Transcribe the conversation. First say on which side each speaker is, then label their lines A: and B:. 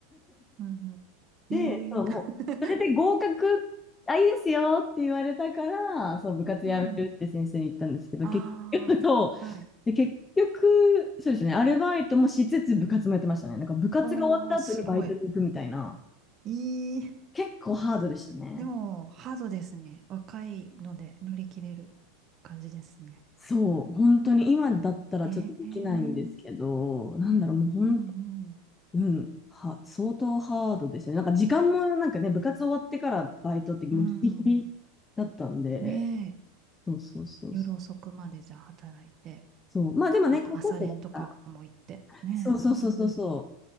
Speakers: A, on the right (about 35°); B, on the left (about 15°).
A: うんうん。
B: で、
A: ええー
B: そう、もう、それで合格、
A: <laughs>
B: あ、いいですよって言われたから、そう、部活辞めるって先生に言ったんですけど、
A: うん。<laughs> ああ、
B: 結局と、
A: はい。
B: で、結局、そうですね、アルバイトもしつつ部活もやってましたね。なんか部活が終わった後にバイトに行くみたいな、
A: おー、すごい。いい。
B: 結構ハードでしたね。
A: でも、ハードですね。若いので乗り切れる感じですね。
B: そう、本当に今だったらちょっとできないんですけど、
A: ねえ。うん
B: なんだろう、もう本当、
A: うん。
B: うん、は、相当ハードでしたね。なんか時間もなんかね、部活終わってからバイトってもうギリギリだったんで、
A: うん。ねえ。
B: そうそうそうそう。
A: 夜遅くまでじゃあ働いて、
B: そうまあでもね、
A: また朝練とかも行って。
B: 高校生だから、
A: ねえ。
B: そうそうそうそうそ
A: うん